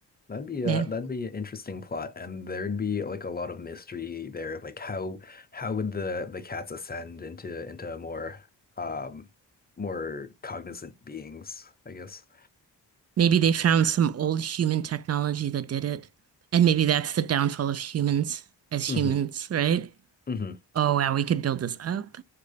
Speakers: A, on the left; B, on the right.
A: that'd be a
B: Man,
A: that'd be an interesting plot, and there'd be like a lot of mystery there. Like how how would the the cats ascend into into more um more cognizant beings, I guess.
B: Maybe they found some old human technology that did it. And maybe that's the downfall of humans as humans,
A: hmm
B: right?
A: hmm
B: Oh, wow, we could build this up.